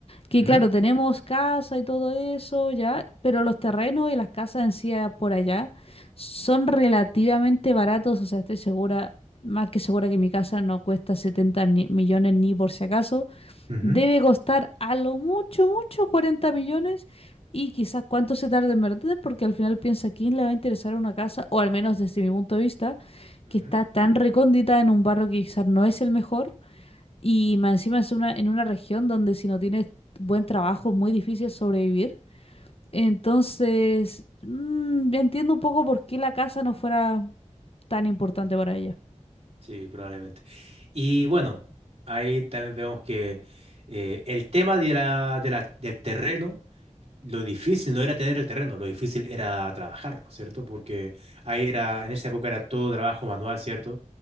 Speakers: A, on the left (about 50°); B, on the right (about 55°).
A: Que
B: Ujú,
A: claro, tenemos casa y todo eso, ya, pero los terrenos y las casas en sí ah, por allá son relativamente baratos, o sea, estoy segura, más que segura que mi casa no cuesta 70 ni- millones ni por si acaso,
B: ujú,
A: debe costar a lo mucho, mucho 40 millones y quizás cuánto se tarde en vender, porque al final piensa quién le va a interesar una casa, o al menos desde mi punto de vista,
B: ujú.
A: que está tan recóndita en un barrio que quizás no es el mejor y más encima es una, en una región donde si no tienes buen trabajo es muy difícil sobrevivir. Entonces, mm, entiendo un poco por qué la casa no fuera tan importante para ella.
B: Sí, probablemente. Y bueno, ahí también vemos que eh, el tema de la, de la- del terreno lo difícil no era tener el terreno, lo difícil era trabajarlo, ¿cierto? Porque ahí era, en esa época era todo trabajo manual, ¿cierto?